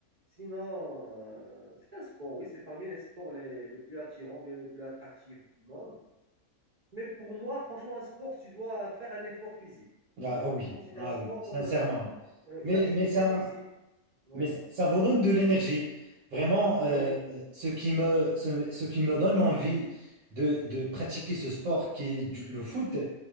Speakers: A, on the right; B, on the right.
A: Sinon, euh, c'est un sport, oui, c'est parmi les sports les, les plus attirants, bien les plus attractifs du monde. Mais pour moi, franchement, un sport, tu dois faire un effort physique. Je,
B: Ah, ah oui,
A: je considère
B: ah
A: un sport
B: oui, sincèrement.
A: comme euh,
B: Mais,
A: une activité
B: mais ça,
A: physique. Oui,
B: mais ça, ça vous donne de l'énergie. Vraiment, euh,
A: oui,
B: ce qui me, ce, ce qui me donne envie de, de pratiquer ce sport qui est du- le foot,